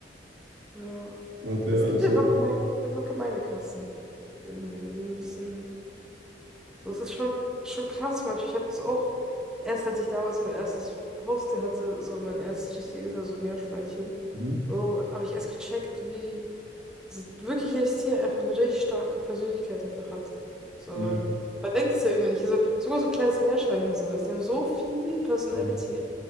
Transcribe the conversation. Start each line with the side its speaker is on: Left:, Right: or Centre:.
Centre: Ja.
Right: dann hat der,
Centre: Es gibt
Right: ist
Centre: ja
Right: er,
Centre: gemeine, es gibt einfach gemeine Kassen. Irgendwie. Die sind ein bisschen. So, es ist schon, schon krass manchmal. Ich habe es auch. Erst als ich damals mein erstes Haustier hatte, so mein erstes richtiges, also Meerschweinchen,
Right: mhm,
Centre: so habe ich erst gecheckt, wie. Also wirklich jedes Tier einfach eine richtig starke Persönlichkeit einfach hat. So,
Right: ja.
Centre: weil man denkt es ja irgendwie nicht. Also, sogar so ein kleines Meerschweinchen so, weißt du, die haben so viel Personality.
Right: mhm.
Centre: Also